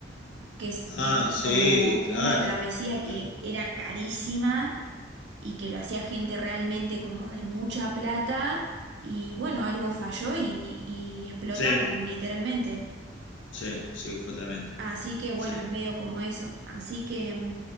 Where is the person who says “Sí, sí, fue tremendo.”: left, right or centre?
Left